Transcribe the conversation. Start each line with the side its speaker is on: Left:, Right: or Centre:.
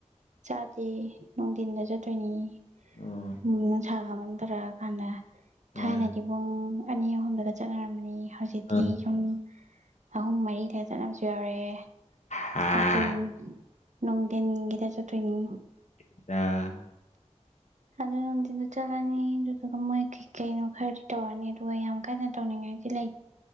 Right: ꯆꯥꯗꯦ ꯅꯨꯡꯊꯤꯟꯗ ꯆꯠꯇꯣꯏꯅꯤ
Left: ꯑꯣ
Right: ꯅꯨꯡꯁꯥꯒ ꯃꯝꯊꯔꯛꯑ ꯀꯥꯟꯗ ꯊꯥꯏꯅꯗꯤ
Left: ꯑ
Right: ꯄꯨꯡ ꯑꯅꯤ ꯑꯍꯨꯝꯗꯨꯒ ꯆꯠꯅꯔꯝꯕꯅꯤ ꯍꯧꯖꯤꯛꯇꯤ
Left: ꯑ
Right: ꯌꯨꯝ ꯑꯍꯨꯝ ꯃꯔꯤ ꯍꯦꯟ ꯆꯠꯅꯕꯁꯨ ꯌꯥꯎꯔꯛꯑꯦ
Left: ꯍꯥ
Right: ꯑꯗꯨ ꯅꯣꯡꯗꯤꯟ ꯒꯤꯗꯥ ꯆꯠꯇꯣꯏꯅꯤ
Left: <unintelligible>
Right: ꯑꯗꯨ ꯅꯨꯡꯊꯤꯟꯗ ꯆꯠꯂꯅꯤ ꯑꯗꯨꯗꯨꯒ ꯃꯥꯏ ꯀꯩꯀꯩꯅꯣ ꯈꯔꯗꯤ ꯇꯧꯔꯅꯤ ꯑꯗꯨꯒ ꯌꯥꯝ ꯀꯟꯅ ꯇꯧꯅꯤꯡꯉꯥꯏꯗꯤ ꯂꯩ